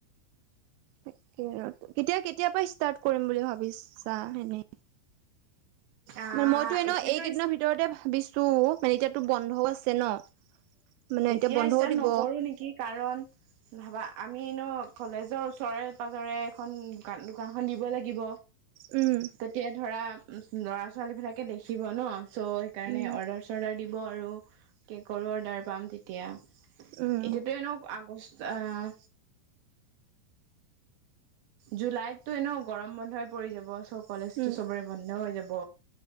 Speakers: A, on the right; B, on the right.
A: কেতিয়া কেতিয়াপা ষ্টাৰ্ট কৰিম বুলি ভাব বিশাস এনে
B: আহ
A: মানে মইতো এনে
B: এতিয়াতো
A: এইকেইদিনৰ ভিতৰতে ভাবিছো মানে এতিয়াতো বন্ধও আছে ন। মানে
B: এতিয়া
A: বন্ধও
B: ষ্টাৰ্ট
A: দিব
B: নকৰো নেকি কাৰণ ভাবা আমি এনেও কলেজৰ ওচৰে পাজৰে এখন দান দোকানখন দিব লাগিব
A: উম,
B: তেতিয়া ধৰা ল ছোৱালীবিলাকে দেখিব ন চ' সেইকাৰণে
A: উম,
B: অৰ্ডাৰ চৰ্ডাৰ দিব আৰু কেকৰো অৰ্ডাৰ পাম তেতিয়া
A: উম,
B: এতিয়াতো এনেও আগষ্ট আহ জুলাইতটো এনে গৰম বন্ধই পৰি যাব চ কলেজটো
A: উম,
B: চবৰে বন্ধ হৈ যাব